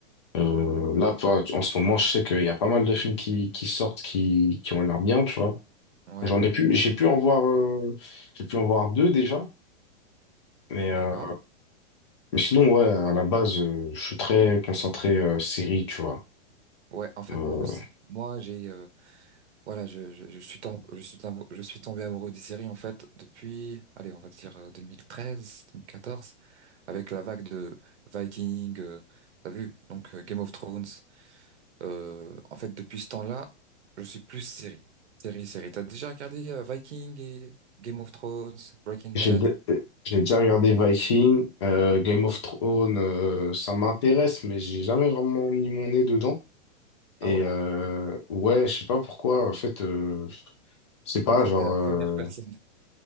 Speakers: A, on the left; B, on the right.
A: euh, là, toi, en ce moment, je sais qu'il y a pas mal de films qui, qui sortent, qui, qui ont l'air bien, tu vois.
B: Ouais,
A: J'en ai pu,
B: ouais,
A: j'ai pu en voir, euh, j'ai pu en voir deux déjà, mais euh,
B: d'accord.
A: Mais sinon, ouais, à la base, euh, je suis très concentré euh, série, tu vois.
B: Ouais, en fait,
A: Euh,
B: moi aussi. Moi, j'ai, euh, voilà, je, je, je suis tombé, je suis tombé, je suis tombé amoureux des séries, en fait, depuis, allez, on va dire euh, 2013, 2014, avec la vague de Viking, euh, t'as vu? Donc, euh, Game of Thrones. Euh, en fait, depuis ce temps-là, je suis plus série. Série, série. T'as déjà regardé euh, Viking et Game of Thrones, Breaking Bad?
A: j'ai dé- euh, j'ai déjà regardé Viking, euh, Game of Thrones, euh, ça m'intéresse, mais j'ai jamais vraiment mis mon nez dedans. Et
B: Ah ouais?
A: euh, ouais, je sais pas pourquoi, en fait, euh, je sais pas,
B: En fait,
A: genre...
B: t'es la
A: euh,
B: première personne,